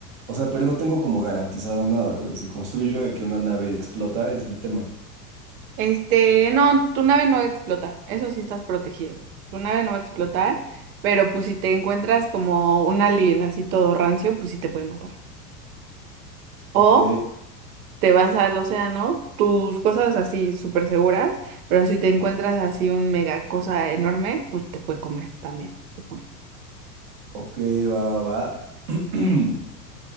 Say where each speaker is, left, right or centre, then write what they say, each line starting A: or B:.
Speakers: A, on the right (about 45°); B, on the right (about 65°).
A: o sea, pero no tengo como garantizado nada, güey. Si construyo de que una nave y explota, es mi tema.
B: Este, no, tu nave no va a explotar, eso sí estás protegido. Tu nave no va a explotar, pero pues si te encuentras como un alien así todo rancio, pues sí te puede matar. O
A: Ok,
B: te vas al océano, tus cosas así súper seguras, pero si te encuentras así un mega cosa enorme, pues te puede comer también. te puede.
A: ok, va, va, va. <clears throat>